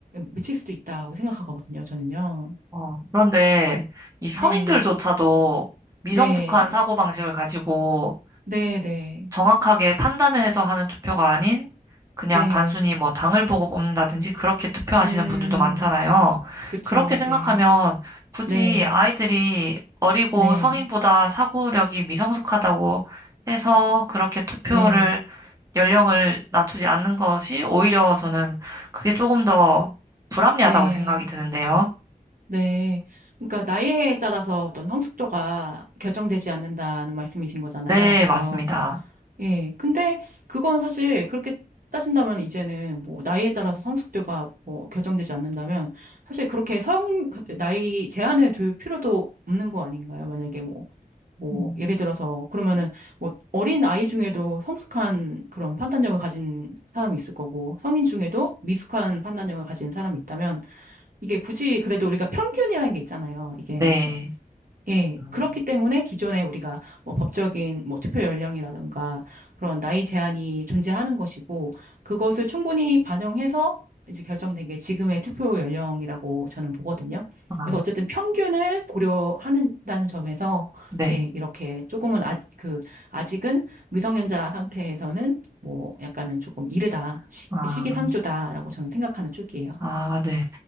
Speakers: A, on the right; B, on the right.
A: 미칠 수도 있다고 생각하거든요, 저는요.
B: 어, 그런데 이 성인들조차도
A: 네,
B: 미성숙한
A: 네.
B: 사고방식을 가지고
A: 네, 네,
B: 정확하게 판단을 해서 하는 투표가 아닌 그냥
A: 네.
B: 단순히 뭐 당을 보고 뽑는다든지 그렇게 투표하시는
A: 음,
B: 분들도 많잖아요.
A: 그쵸,
B: 그렇게 생각하면
A: 네,
B: 굳이
A: 네,
B: 아이들이 어리고
A: 네,
B: 성인보다 사고력이 미성숙하다고 해서 그렇게 투표를
A: 네,
B: 연령을 낮추지 않는 것이 오히려 저는 그게 조금 더 불합리하다고
A: 네,
B: 생각이 드는데요.
A: 네. 그러니까 나이에 따라서 어떤 성숙도가 결정되지 않는다는 말씀이신 거잖아요.
B: 네,
A: 그죠?
B: 맞습니다.
A: 예. 근데 그건 사실 그렇게 따진다면 이제는 뭐 나이에 따라서 성숙도가 뭐 결정되지 않는다면 사실 그렇게 성, 나이 제한을 둘 필요도 없는 거 아닌가요? 만약에 뭐 뭐,
B: 음,
A: 예를 들어서, 그러면은, 뭐, 어린 아이 중에도 성숙한 그런 판단력을 가진 사람이 있을 거고, 성인 중에도 미숙한 판단력을 가진 사람이 있다면, 이게 굳이 그래도 우리가 평균이라는 게 있잖아요. 이게
B: 네.
A: 예,
B: 음.
A: 그렇기 때문에 기존에 우리가 뭐 법적인 뭐 투표 연령이라든가 그런 나이 제한이 존재하는 것이고 그것을 충분히 반영해서 이제 결정된 게 지금의 투표 연령이라고 저는 보거든요.
B: 아,
A: 그래서 어쨌든 평균을 고려한다는 점에서
B: 네.
A: 예, 이렇게 조금은 아, 그 아직은 미성년자 상태에서는 뭐 약간은 조금 이르다 시,
B: 아.
A: 시기상조다라고 저는 생각하는 쪽이에요.
B: 아, 네.